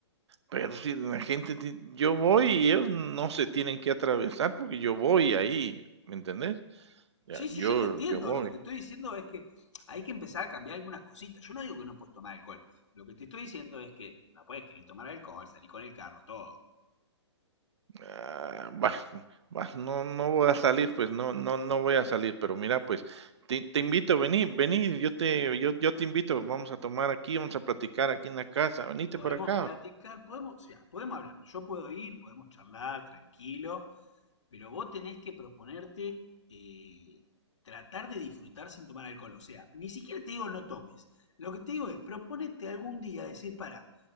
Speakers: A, on the right (about 70°); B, on the left (about 80°).
A: pero si la gente ti yo voy y ellos no se tienen que atravesar porque yo voy ahí, ¿me entendés? Ya,
B: Sí, sí,
A: yo
B: yo te entiendo.
A: yo voy,
B: Lo que te estoy diciendo es que hay que empezar a cambiar algunas cositas. Yo no digo que no puedes tomar alcohol. Lo que te estoy diciendo es que no puedes querer tomar alcohol, salir con el carro, todo.
A: ah, bah, bah, <laughs> no no voy a salir, pues, no no no voy a salir, pero mira, pues, te te invito, vení vení, yo te yo yo te invito, vamos a tomar aquí, vamos a platicar aquí en la casa, venite
B: Podemos
A: para acá.
B: platicar, podemos, o sea, podemos hablar. Yo puedo ir, podemos charlar tranquilo, pero vos tenés que proponerte eh, tratar de disfrutar sin tomar alcohol. O sea, ni siquiera te digo no tomes. Lo que te digo es, proponete algún día decir, para,